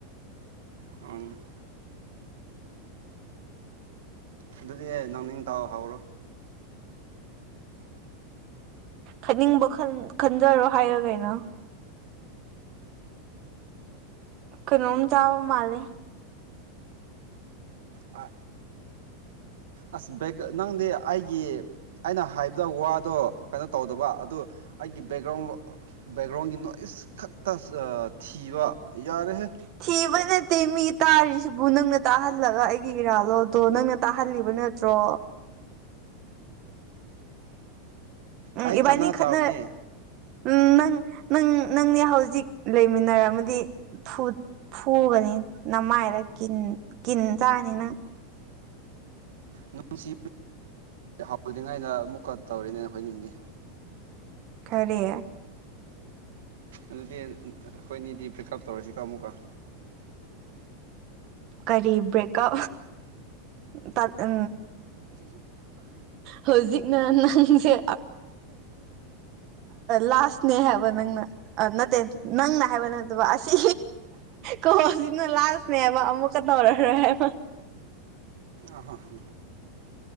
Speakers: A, on the right; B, on the right.
A: ꯎꯝ ꯑꯗꯨꯗꯤ ꯑꯦ ꯅꯪꯅꯤꯡ ꯇꯧꯍꯧꯔꯣ
B: ꯈꯟꯅꯤꯡꯕ ꯈꯟꯖꯔꯣ ꯍꯥꯏꯔꯣ ꯀꯩꯅꯣ ꯀꯩꯅꯣꯝ ꯆꯥꯕ ꯃꯥꯂꯦ
A: ꯑ ꯑꯁ ꯕꯒ ꯅꯪꯗꯤ ꯑꯩꯒꯤ ꯑꯩꯅ ꯍꯥꯏꯕꯗ ꯋꯥꯗꯣ ꯀꯩꯅꯣ ꯇꯧꯗꯕ ꯑꯗꯨ ꯑꯩꯒꯤ ꯕꯦꯛꯒ꯭ꯔꯥꯎꯟ ꯕꯦꯛꯒ꯭ꯔꯥꯎꯟꯒꯤ ꯅꯣꯏꯁ ꯈꯛꯇ ꯊꯤꯕ ꯌꯥꯔꯦꯍꯦ
B: ꯊꯤꯕ ꯅꯠꯇꯦ ꯃꯤ ꯇꯥꯔꯤꯁꯤꯕꯨ ꯅꯪꯅ ꯇꯥꯍꯜꯂꯒ ꯑꯩꯒꯤ ꯏꯔꯥꯜꯂꯣ ꯑꯗꯣ ꯅꯪꯅ ꯇꯥꯍꯜꯂꯤꯕ ꯅꯠꯇ꯭ꯔꯣ ꯎꯝ
A: ꯑꯩ
B: ꯏꯕꯥꯅꯤ
A: ꯆꯅꯥ ꯆꯥꯕꯅꯤ
B: ꯈꯅ ꯎꯝ ꯅꯪ ꯅꯪ ꯅꯪꯅꯦ ꯍꯧꯖꯤꯛ ꯂꯩꯃꯤꯟꯅꯔꯝꯃꯗꯤ ꯐꯨ ꯐꯨꯒꯅꯤ ꯅꯃꯥꯏꯗ ꯀꯤꯟ ꯀꯤꯟ ꯆꯥꯅꯤ ꯅꯪ
A: ꯅꯨꯡꯁꯤ ꯍꯗ꯭ꯔꯤꯉꯩꯗ ꯑꯃꯨꯛꯀ ꯇꯧꯔꯦꯅꯦ ꯑꯩꯈꯣꯏꯅꯤ
B: ꯀꯔꯤ
A: ꯑꯗꯨꯗꯤ ꯑꯩꯈꯣꯏꯅꯤꯗꯤ ꯄꯔꯤꯛꯑꯞ ꯇꯧꯔꯁꯤꯀ ꯑꯃꯨꯛꯀ
B: ꯀꯔꯤ ꯕ꯭ꯔꯦꯀ ꯇ ꯎ ꯍꯧꯖꯤꯛꯅ ꯅꯁꯦ ꯂꯥꯁꯅꯦꯍ ꯅꯅ ꯅꯠꯇꯦ ꯅꯪꯅ ꯍꯥꯏꯕ ꯅꯠꯇꯕ ꯑꯁꯤ ꯀꯣꯅ ꯂꯅꯦ ꯃ ꯑꯃꯨꯛꯀ ꯇꯧꯔꯔꯣꯏ ꯍꯥꯏꯕ
A: ꯑꯍꯍ